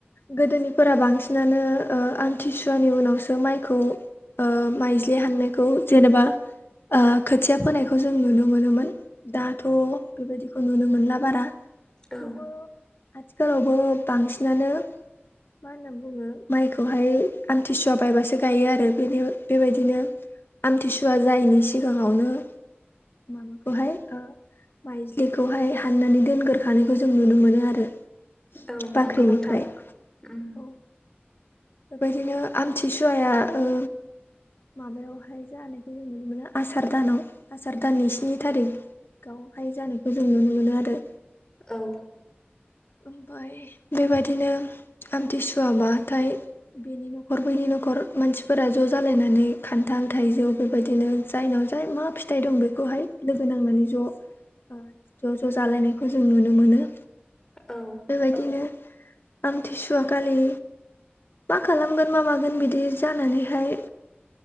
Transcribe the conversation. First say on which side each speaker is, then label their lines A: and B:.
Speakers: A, on the left; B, on the left.
A: गोदोनिफोरा बांसिनानो ओ आमथिसुवानि उनावसो माइखौ ओ माइज्लि हाननायखौ जेनेबा ओ खोथिया फोनायखौ जों नुनो मोनोमोन दाथ' बेबायदिखौ नुनो मोनला बारा थेवबो
B: औ
A: सिगाङावबो बांसिनानो मा होनना बुङो माइखौहाय आमथिसुवा बायबासो गायो आरो बे बे बेबायदिनो आमथिसुवा जायैनि सिगाङावनो माबाखौहाय माइज्लिखौहाय हाननानै दोनगोरोखानायखौ जों नुनो मोनो आरो।
B: औ
A: बाख्रिनिफ्राय
B: नंगौ नोंथां उम।
A: औ बेबायदिनो आमथिसुवाया ओ माबायावहाय जानायखौ जों नुनो मोनो आसार दानाव आसार दाननि स्नि थारिख- गावहाय जानायखौ जों नुनो मोनो आरो।
B: औ
A: ओमफ्राय बेबायदिनो आमथिसुवा बाथाय बेनि न'खर बैनि न'खर मानसिफोरा ज' जालायनानै खान्थाल थाइजौ बेबायदिनो जायनाव जाय मा फिथाइ दं बेखौहाय लोगो नांनानै ज' ज' ज' जालायनायखौ जों नुनो मोनो।
B: औ
A: बेबायदिनो आमथिसुवाखालि मा खालामगोन मा मागोन बिदि जानानैहाय